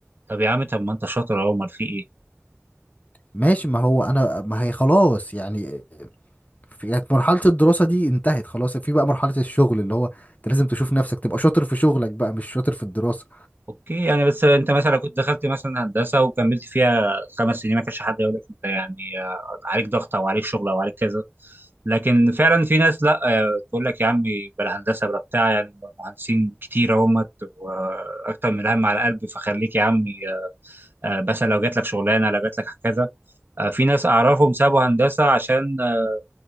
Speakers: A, on the right (about 50°); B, on the left (about 35°).
A: طب يا عم طب ما انت شاطر اهو امال في ايه
B: ماشي ما هو انا ما هي خلاص يعني في- كانت مرحله الدراسه دي انتهت خلاص في بقى مرحله الشغل اللي هو انت لازم تشوف نفسك تبقى شاطر في شغلك بقى مش شاطر في الدراسه
A: اوكي يعني بس انت مثلا كنت دخلت مثلا هندسه وكملت فيها خمس سنين ما كانش حد يقول لك انت يعني آه، عليك ضغط او عليك شغل او عليك كذا لكن فعلا في ناس لا آه، تقول لك يا عمي بلا هندسه بلا بتاع يعني مهندسين كتير اهمت واكتر من الهم على قلبي فخليك يا عمي آه، مثلا لو جات لك شغلانه لو جات لك كذا آه، في ناس اعرفهم سابوا هندسه عشان آه،